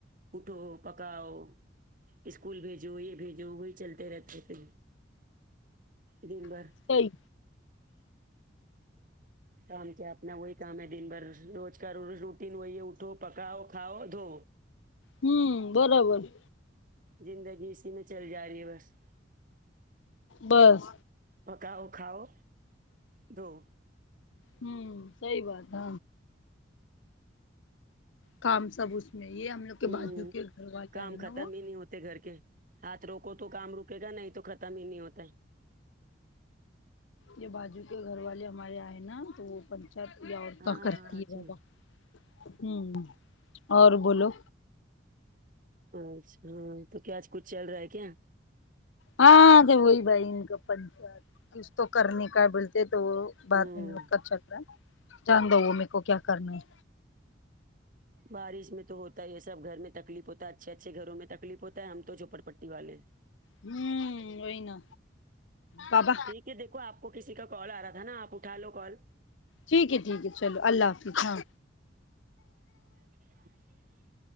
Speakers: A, on the right (about 45°); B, on the left (about 85°).
A: اٹھو پکاؤ اسکول بھیجو یہ بھیجو وہی چلتے رہتے پھر دن بھر
B: صحیح
A: کام کیا اپنا وہی کام ہے دن بھر روز کا روز روٹین وہی اٹھو پکاؤ کھاؤ دھو
B: امم برابر
A: زندگی اسی میں چل جا رہی ہے بس
B: بس
A: پکاؤ کھاؤ دھو
B: امم صحیح بات ہے کام سب اس میں یہ ہم لوگ کے
A: ہوں
B: بازو کے گھر والے
A: کام
B: کیا ہے نا
A: ختم
B: وہ
A: ہی نہیں ہوتے گھر کے ہاتھ روکو تو کام رکے گا نہیں تو ختم ہی نہیں ہوتا
B: یہ باجو کے گھر والے ہمارے آئے نا تو وہ پنچات یا عورتا
A: ہاں
B: کرتی
A: اچھا
B: ہے با امم اور بولو
A: اچھا تو کیا آج کچھ چل رہا ہے کیا
B: ہاں تو وہی بھائی ان کا پنچات کچ تو کرنے کا بولتے تو وہ
A: ہوں
B: بات نہیں اس کا چلرا جان دو وہ میکو کیا کرنا ہے
A: بارش میں تو ہوتا ہی ہے سب گھر میں تکلیف ہوتا ہے اچھے اچھے گھروں میں تکلیف ہوتا ہے ہم تو چھوپڑ پٹی والے
B: امم وہی نا بابا
A: ٹھیک ہے دیکھو آپ کو کسی کا کال آ رہا تھا نا آپ اٹھا لو کال
B: ٹھیک ہے ٹھیک ہے چلو اللہ حافظ ہاں
A: <inaudible>